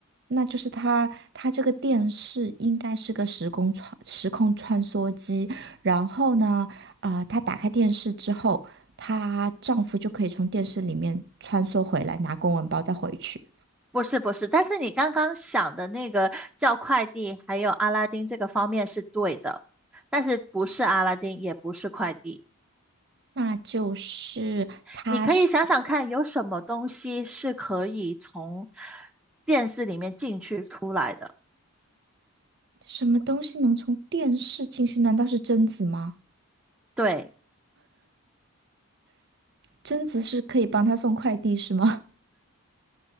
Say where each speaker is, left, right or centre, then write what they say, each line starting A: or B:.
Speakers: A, on the right (about 50°); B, in the centre.
A: 那就是她，她这个电视应该是个时空穿时空穿梭机。然后呢，啊、她打开电视之后，她丈夫就可以从电视里面穿梭回来，拿公文包再回去。
B: 不是不是，但是你刚刚想的那个叫快递，还有阿拉丁这个方面是对的，但是不是阿拉丁，也不是快递。
A: 那就是她是
B: 你可以想想看，有什么东西是可以从电视里面进去出来的？
A: 什么东西能从电视进去？难道是贞子吗？
B: 对，
A: 贞子是可以帮她送快递是吗？